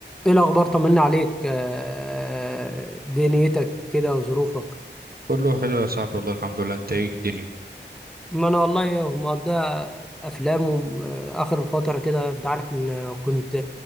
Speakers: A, in the centre; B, on the right.
A: ايه الاخبار طمنا عليك آه، دنيتك كده وظروفك
B: كله حلو يا صاحبي والله الحمد لله انت ايه الدنيا
A: ما انا والله مقضيها افلام و- آه، اخر فتره كده انت عارف ان كنت